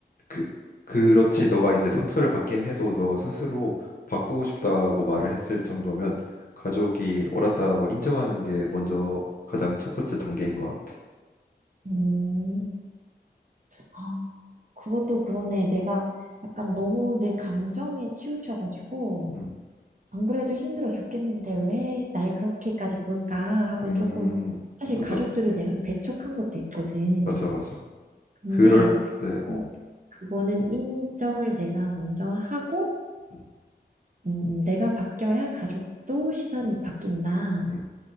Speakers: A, on the left; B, on the right.
A: 그 그렇지 너가 이제 상처를 받긴 해도 너가 스스로 바꾸고 싶다고 말을 했을 정도면 가족이 옳았다라고 인정하는 게 먼저 가장 첫 번째 단계인 것 같아.
B: 음, 아, 그것도 그러네. 내가 약간 너무 내 감정에 치우쳐가지고,
A: 음,
B: 안 그래도 힘들어 죽겠는데 왜 날 그렇게까지 볼까 하고
A: 음,
B: 조금, 사실
A: 맞아,
B: 가족들을 내가 배척한 것도 있거든.
A: 맞아, 맞아.
B: 근데,
A: 그럴 때, 어,
B: 음, 그거는 인정을 내가 먼저 하고,
A: 음,
B: 음, 음, 내가 바뀌어야 가족도 시선이 바뀐다
A: 음.